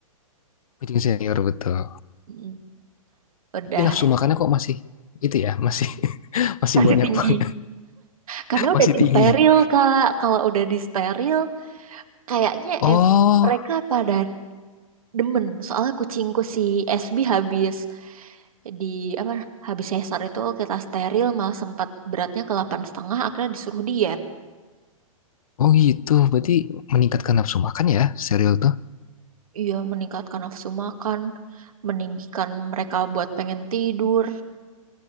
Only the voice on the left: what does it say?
Kucing senior betul.
Tapi nafsu
makannya kok masih itu ya, masih <laughs> masih
banyak
banget,
masih
tinggi.
Oh,
oh gitu. Berarti meningkatkan nafsu makan ya serial tuh.